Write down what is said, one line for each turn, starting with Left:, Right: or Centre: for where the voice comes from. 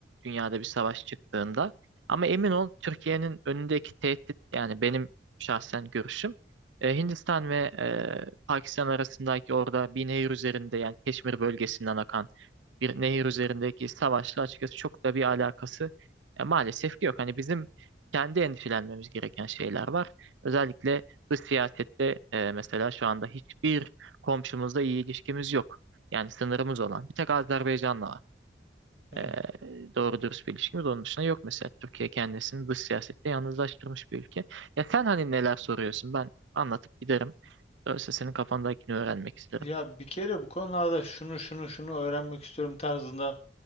Right: dünyada bir savaş çıktığında. Ama emin ol Türkiye'nin önündeki tehdit yani benim şahsen görüşüm e, Hindistan ve e, Pakistan arasındaki orada bir nehir üzerinde yani Keşmir bölgesinden akan bir nehir üzerindeki savaşla açıkçası çok da bir alakası e, maalesef ki yok. Hani bizim kendi endişelenmemiz gereken şeyler var. Özellikle dış siyasette e, mesela şu anda hiçbir komşumuzla iyi ilişkimiz yok. Yani sınırımız olan. Bir tek Azerbaycan'la var.
Left: Yani
Right: Ee, doğru dürüst bir ilişkimiz. Onun dışında yok mesela. Türkiye kendisini dış siyasette yalnızlaştırmış bir ülke. Ya sen hani neler soruyorsun? Ben anlatıp giderim. Öyleyse senin kafandakini öğrenmek isterim.
Left: Ya bir kere bu konularda şunu şunu şunu öğrenmek istiyorum tarzında